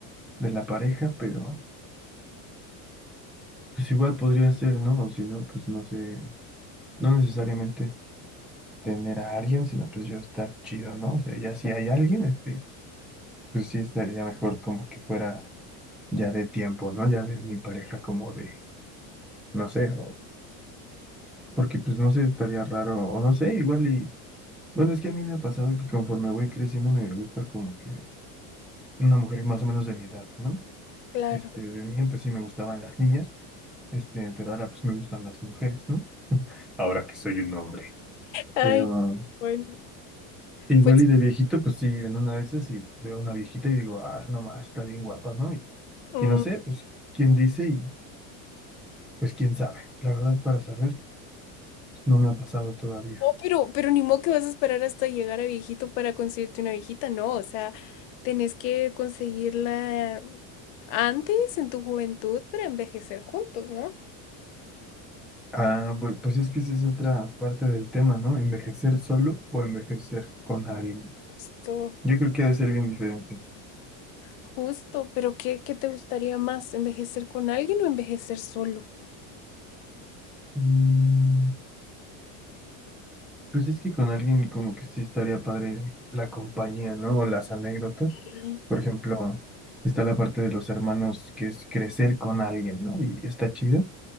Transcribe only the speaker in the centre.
de la pareja, pero pues igual podría ser, ¿no? O si no, pues no sé, no necesariamente tener a alguien, sino pues yo estar chido, ¿no? O sea, ya si hay alguien, este, pues sí estaría mejor como que fuera ya de tiempo, ¿no? Ya de mi pareja como de, no sé, o porque pues no sé, estaría raro, o no sé, igual y, bueno, es que a mí me ha pasado que conforme voy creciendo me gusta como que una mujer más o menos de mi edad, ¿no?
Este, de niño pues sí me gustaban las niñas, este, pero ahora pues me gustan las mujeres, ¿no? Ahora que soy un hombre.
Pero
igual
y de viejito, pues sí, en una de esas y veo una viejita y digo, ah, no más, está bien guapa, ¿no? Y,
y no sé, pues quién dice y pues quién sabe. La verdad, para saber, pues, no me ha pasado todavía.
Ah, bueno pues es que esa es otra parte del tema, ¿no? Envejecer solo o envejecer con alguien.
Yo creo que ha de ser bien diferente.
Mm, Pues es que con alguien como que sí estaría padre la compañía, ¿no? O las anécdotas.
Por ejemplo, está la parte de los hermanos que es crecer con alguien, ¿no? Y está chido.